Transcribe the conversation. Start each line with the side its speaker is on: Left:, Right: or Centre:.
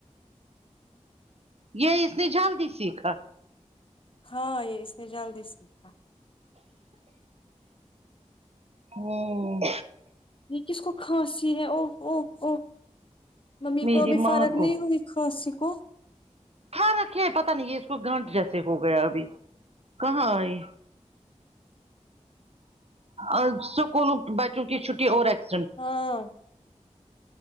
Right: یہ اس نے جلدی سیکھا
Left: ہاں یہ اس نے جلدی سیکھا
Right: ہوں
Left: یہ کس کو کھانسی ہے او او او ممی
Right: میری
Left: کو ابھی فرق
Right: ماں کو
Left: نہیں ہوئی کھانسی کو
Right: فرق ہے پتا نہیں ہے اس کو گانٹ جیسے ہو گیا ابھی کہاں آئی آ اسکولوں بچوں کی چھٹی اور ایکس
Left: ہاں